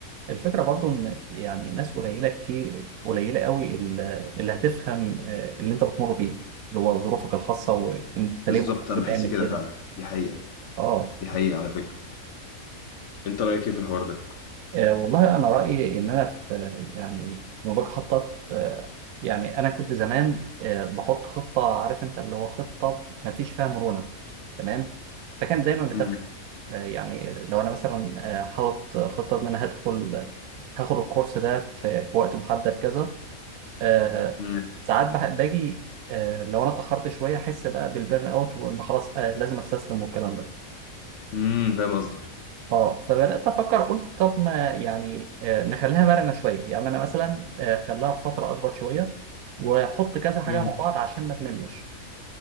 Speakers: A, on the right (about 85°); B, on the left (about 60°).
A: الفكره برضو ان يعني ناس قليله كتير قليله قوي اللي اللي هتفهم آه، اللي انت بتمر بيه اللي هو ظروفك الخاصه وانت
B: بالظبط
A: ليه
B: انا
A: بتعمل
B: بحس كده
A: كده
B: فعلا دي حقيقة
A: اه
B: دي حقيقة على فكرة انت رأيك ايه في الحوار ده
A: آه، والله أنا رأيي إن أنا في يعني لما باجي أخطط آه، يعني أنا كنت زمان آه، بحط خطة عارف أنت اللي هو خطة ما فيش فيها مرونة تمام فكان دايما بتفشل
B: امم
A: آه، يعني لو أنا مثلا آه، حاطط خطة إن أنا هدخل هاخد الكورس ده في في وقت محدد كذا آه،
B: امم
A: ساعات بح- باجي آه، لو أنا اتأخرت شوية أحس بقى بالبرن أوت وإن خلاص آه، لازم أستسلم والكلام ده
B: امم فاهم قصدك
A: اه فبدات افكر قلت طب ما يعني آه، نخليها مرنه شويه يعني انا مثلا آه، خليها في فتره اكبر شويه واحط كذا حاجه
B: امم
A: مع بعض عشان ما تملش